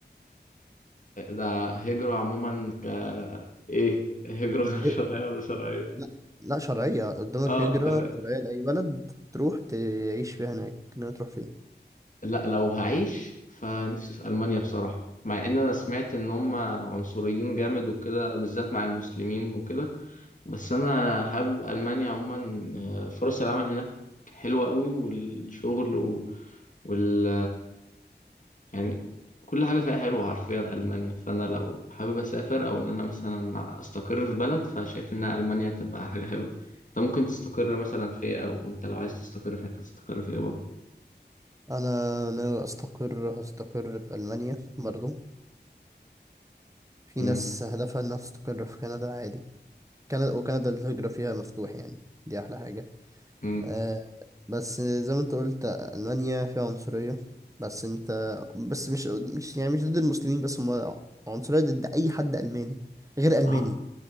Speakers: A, on the left; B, on the right.
A: ده هجرة عموما ك ايه هجرة <laughs> غير
B: هي-
A: شرعية ولا شرعية
B: لا لا شرعيه قدامك
A: اه
B: هجره
A: تمام
B: شرعيه لاي بلد تروح تعيش فيها هناك ناوي تروح فين
A: لا لو هعيش فنفسي في ألمانيا بصراحة مع ان انا سمعت ان هم عنصريين جامد وكده بالذات مع المسلمين وكده بس انا حابب ألمانيا عموما آه، فرص العمل هناك حلوة قوي والشغل و... وال يعني كل حاجة فيها حلوة حرفيا ألمانيا فأنا لو حابب أسافر أو إن أنا مثلا أستقر في بلد فشايف إن ألمانيا تبقى حاجة حلوة أنت ممكن تستقر مثلا في إيه، أو أنت لو عايز تستقر في حتة تستقر في إيه برضه
B: انا ناوي استقر هستقر في المانيا برضو في
A: أمم،
B: ناس هدفها انها تستقر في كندا عادي كندا وكندا الهجرة فيها مفتوح يعني دي احلى حاجة
A: أمم.
B: آه بس زي ما انت قلت ألمانيا فيها عنصرية بس انت بس مش مش يعني مش ضد المسلمين بس هم عنصرية ضد اي حد ألماني غير ألماني
A: أه